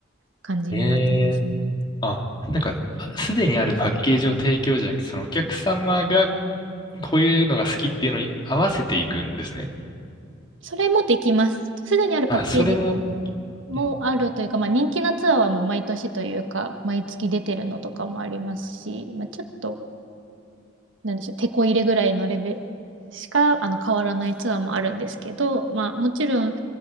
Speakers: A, on the right; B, on the left.
A: 感じになってますね。
B: ええあ、なんか、すでにあるパッケージを提供じゃなくて、そのお客様がこういうのが好きっていうのに合わせていくんですね。
A: それもできます。すでにあるパッケージ
B: あ、それも、
A: もあるというか、
B: うん
A: まあ、人気なツアーはもう毎年というか、毎月出てるのとかもありますし、まあ、ちょっと、なんでしょう、手こ入れぐらいのレベルしかあの変わらないツアーもあるんですけど、まあ、もちろん、